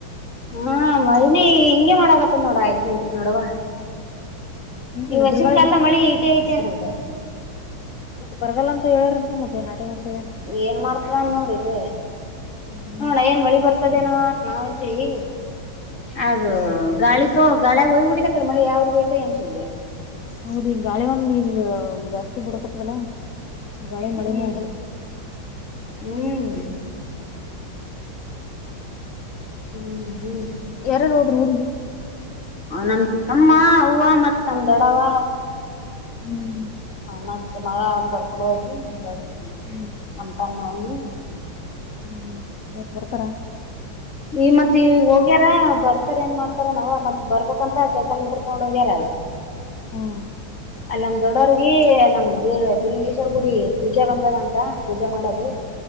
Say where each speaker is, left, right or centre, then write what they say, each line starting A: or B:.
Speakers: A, on the left; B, on the left.
A: ಹಾ ಮನಿ ಹಿಂಂಗಗೆ ಮಾಡಕತ್ತ ನೋಡ ಆಯ್ತು ನಿಂತ ನೋಡವ್ವ.
B: ನಿಂತದ
A: ಈ ವರ್ಸಿನ
B: ಬಿರುಗಾಳಿ
A: ಕಾಲದ ಮಳಿ ಈಟೇ ಐತೆ ಅದದು.
B: ಮತ್ತ ಬರಗಾಲ ಅಂತ ಹೇಳಾರಂತ ಮತ್ತೆ ನಾಟಿ ಮಾಡ್ತಾರೆ.
A: ಏನ್ ಮಾಡ್ತಾರ ಅನ್ ನೋಡಿದ್ದ.
B: ಹ್ಮ್
A: ನೋಡ ಏನ್ ಮಳಿ ಬರ್ತದೇನವ ಅಂತ ನಾವ ಎಂತವಿ. ಅದ ಗಾಳಿತೋ ಗಾಳಿಯ ಹೋಗಿಬಡಿತ ಕಡೆ ಮಳೆ ಯಾವ್ರಗ ಹೋಯ್ತ ಎನ್ಸುದ್ದೆ.
B: ಹೌದು ಈ ಗಾಳಿ ಒಂದು ಈಗ ಜಾಸ್ತಿ ಬಡಕತವಲ್ಲ. ಗಾಳಿಗೆ
A: ಹ್ಮ್
B: ಮಳೆನೇ ಆಗಲ್ಲ.
A: ಹ್ಮ್ ಹ್ಮ್ ಹ್ಮ್.
B: ಯಾರ್ಯಾರ್ ಹೋದ್ರ ಊರ್ಗೆ.
A: ನನ್ ತಮ್ಮ. ಹೂವ ಮತ್ ನಮ್ಮ ದೊಡ್ಡವ್ವ
B: ಹ್ಮ್
A: ಮತ್ತ ಮಗ ಕರ್ ಹಡೋಗಿದ <inaudible>
B: ಹ್ಮ್
A: ನಮ್ಮತಮ್ಮ ಅವ್ನು.
B: ಹ್ಮ್ ಈವತ್ ಬರ್ತಾರ.
A: ಈ ಮತ್ ಈ ಹೋಗ್ಯಾರ ಬರ್ತಾರ ಏನ್ ಮಾಡ್ತಾರ ನಾವ ಮತ್ ಬರ್ಬಂತ ಸೈಕೊಂಡ ಬಿಟ್ರ ತೊಂಡ್ ಹೋಗ್ಯಾರ.
B: ಹೌ.
A: ಅಲ್ಲಿ ನಮ್ ದೊಡ್ಡವರ್ಗ ನಮ್ ಬ ಬಿಲಿಂಗೇಶ್ವರ್ ಗುಡಿ ಪೂಜೆ ಬಂದದಂತ ಪೂಜಾ ಮಾಡದು.